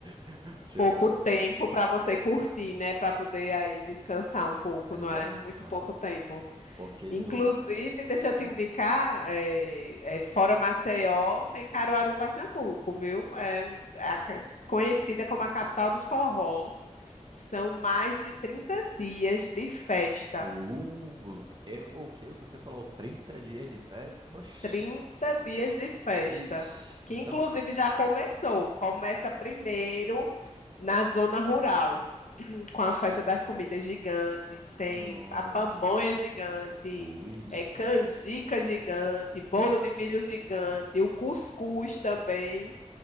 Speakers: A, on the right (about 40°); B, on the left (about 80°).
A: <laughs> Tipo,
B: Pouco tempo para você curtir, né? Para poder aí descansar um pouco,
A: exato.
B: não é? Muito
A: aham.
B: pouco tempo.
A: Porque
B: Inclusive,
A: no.
B: deixa eu te
A: hum.
B: indicar, é, é, fora Maceió, tem Caruaru, Pernambuco, viu? É, um- é a ca- conhecida como a capital do forró. São mais de 30 dias de festa
A: Uh, eu, o que Você falou 30 dias de festa? Oxi,
B: 30 dias de festa,
A: eixe.
B: que
A: Então,
B: inclusive já começou. Começa primeiro na zona rural, com a festa das comidas gigantes, tem
A: no.
B: a pamonha gigante,
A: Ui.
B: é canjica gigante, bolo
A: u-
B: de milho gigante, o cuscuz também,